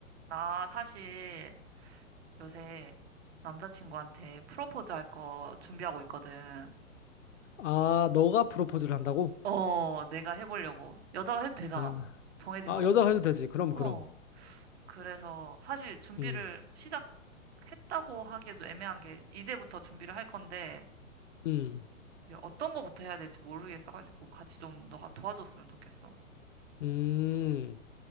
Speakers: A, on the right; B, on the left.
A: 나 사실 요새 남자친구한테 프로포즈 할 거 준비하고 있거든.
B: 아, 너가 프로포즈를 한다고?
A: 어, 내가 해보려고. 여자가 해도 되잖아,
B: 아,
A: 뭐. 정해진
B: 아,
A: 건 없잖아.
B: 여자가 해도 되지. 그럼,
A: 어,
B: 그럼.
A: 그래서 사실 준비를
B: 음,
A: 시작했다고 하기에도 애매한 게 이제부터 준비를 할 건데
B: 음,
A: 이게 어떤 거부터 해야 될지 모르겠어가지고 같이 좀 너가 도와줬으면 좋겠어.
B: 음.